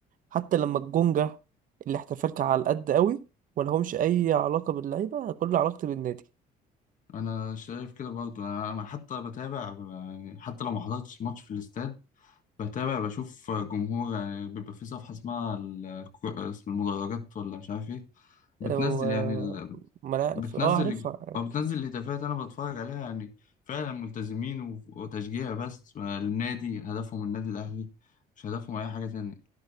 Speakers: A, on the right (about 50°); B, on the left (about 50°).
A: حتى لما الجونجا اللي احتفلت على القد قوي ما لهمش اي علاقه باللعيبه كل علاقتي بالنادي
B: انا شايف كده برضو انا أنا حتى بتابع يعني حتى لو ما حضرتش ماتش في الاستاد بتابع بشوف جمهور يعني بيبقى في صفحه اسمها ال- اسم المدرجات ولا مش عارف ايه بتنزل
A: أه، و-
B: يعني
A: ما لا-
B: بتنزل
A: اه عارفها
B: او بتنزل الهتافات انا بتفرج عليها يعني فعلا ملتزمين و- وتشجيع بس النادي هدفهم النادي الاهلي مش هدفهم اي حاجه تانية